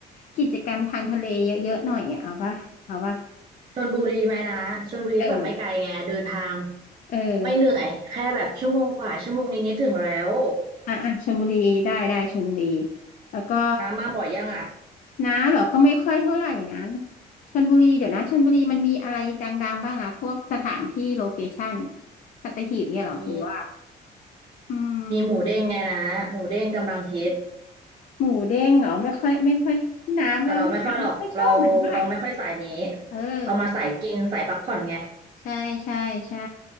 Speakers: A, on the left (about 50°); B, on the right (about 35°).
A: กิจกรรมทางทะเลเยอะๆหน่อยอะเอาป่ะเอาป่ะ
B: ชลบุรีไหมนะชลบุรีก็แบบไม่ไกลไงเดินทาง
A: เออ เออ
B: ไม่เหนื่อยแค่แบบชั่วโมงกว่าชั่วโมงนิดๆถึงแล้ว
A: อ่ะอ่ะชลบุรีได้ได้ชลบุรีแล้วก็
B: นามาบ่อยยังอ่ะ
A: น้าเหรอก็ไม่ค่อยเท่าไหร่นะชลบุรีเดี๋ยวนะชลบุรีมันมีอะไรดังๆบ้างอะพวกสถานที่โลเคชั่นอะสัตหีบเนี่ยเหรอหรือว่า
B: มี
A: อืม
B: มีหมูเด้งไงนะหมูเด้งกำลังฮิต
A: หมูเด้งเหรอไม่ค่อยไม่ค่อยน้ำว่าไม่น้ำไม่ค่อยชอบมันเท่าไหร่
B: แต่เราไม่ค่อยหรอกเราเราไม่ค่อยสายนี้
A: เออ
B: เอามาสายกินสายพักผ่อนไง
A: ใช่ใช่ใช่